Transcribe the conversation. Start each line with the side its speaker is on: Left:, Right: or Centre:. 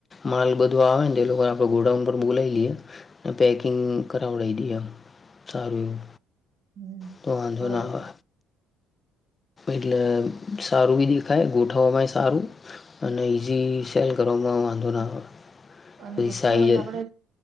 Left: માલ બધું આવે ને તો એ લોકો આપડે ગોડાઉન પર બોલાવી લઈએ. અ પેકિંગ કરાવડાવી દઈ આમ સારું એવું.
Right: હમ
Left: તો વાંધો
Right: બરોબર
Left: ના આવે એટલે. સારું ભી દેખાય ગોઠવવા માંય સારું. અને ઈઝી સેલ કરવામાં વાંધો ના આવે.
Right: અને
Left: પછી
Right: જથ્થાબંધ
Left: સાઈઝ
Right: આપડે